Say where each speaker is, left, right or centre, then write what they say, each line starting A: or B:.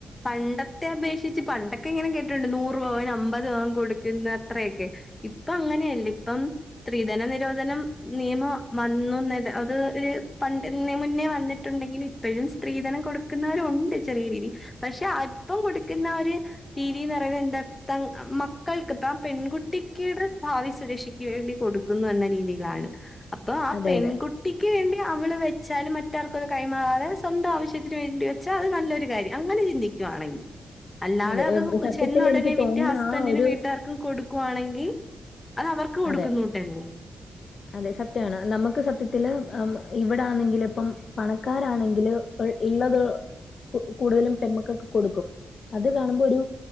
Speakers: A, on the left; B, on the left.
A: പണ്ടത്തെ അപേക്ഷിച്ച് പണ്ടൊക്കെ ഇങ്ങനെ കേട്ടിട്ട്ണ്ട് നൂറു ഭവൻ അമ്പത് ഭവൻ കൊടുക്ക്ന്ന് അത്രയൊക്കെ ഇപ്പങ്ങനെയല്ല ഇപ്പം സ്ത്രീധന നിരോധനം നിയമം വന്നു ന്ന്ത് അത് ഒര് പണ്ടെന്നേ മുന്നേ വന്നിട്ടുണ്ടെങ്കില് എപ്പഴും സ്ത്രീധനം കൊടുക്കുന്നവരെ ഒണ്ട് ചെറിയ രീതി പക്ഷെ അല്പ്പം കൊടുക്കുന്നവര് തീ വി ന്നറയ്ന്നത് എന്താത്താ മക്കൾക്ക് ഇപ്പ ആ പെൺകുട്ടിക്കിട് ഭാവി സുരക്ഷി ക്കിവേണ്ടി കൊടുക്കുന്നു എന്ന രീതിയിലാണ് അപ്പൊ ആ
B: അതെ
A: പെൺകു
B: അതെ
A: ട്ടിക്ക് വേണ്ടി അവള് വെച്ചാലും മറ്റാർക്കുംത് കൈമാറാതെ സ്വന്തം ആവശ്യത്തിന് വേണ്ടി വെച്ചാ അത് നല്ലൊരു കാര്യം അങ്ങനെ ചിന്തിക്കുവാണെങ്കി അല്ലാതെ
B: അതെ
A: അത്
B: സത്യത്തിൽ
A: ചെന്ന ഒടനെ
B: എനിക്ക് തോന്നുന്ന
A: വിറ്റ് ഹസ്ബന്റിനും
B: ആ ഒരു
A: വീട്ടുകാർക്കും കൊടു കുവാണെങ്കി അത് അവർക്ക് കൊടുക്കുന്നുട്ടല്ലേ
B: അതെ അതെ സത്യാണ് നമ്മക്ക് സത്യത്തില് അം ഇവിടെ ആന്നെങ്കില് ഇപ്പം പണക്കാരാണെങ്കില് പൾ ഇള്ളത് കു കൂടുതലും പെമ്മക്കക്ക് കൊടുക്കും അത് കാണുമ്പോ ഒരു